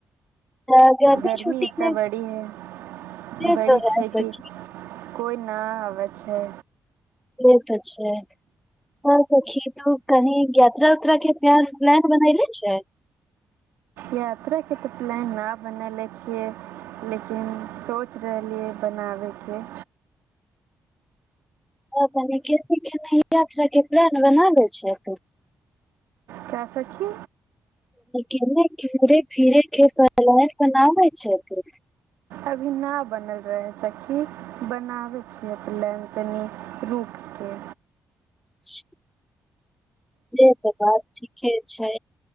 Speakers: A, in the centre; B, on the right (about 85°).
A: तऽ
B: गर्मी
A: छुट्टी
B: एतना
A: मे
B: बड़ी है
A: से
B: बड़ी
A: तो है
B: छै
A: सखी
B: कि कोइ न आवै छै
A: से त छै बस सखी तू कहीं के यात्रा उत्रा के प्यार प्लान बनैले छै
B: यात्रा के तऽ प्लान न बनैले छियै लेकिन सोचि रहलियै बनाबयके
A: ह तनि केने केने यात्रा के प्लान बनाबै छै
B: क्या सखी
A: केने घूमे फीरे के प्लान बनाबै छै तु
B: अभी न बनल रहै सखी बनावै छियै प्लान तनी रूक के
A: <unintelligible> से तऽ बात ठीके छै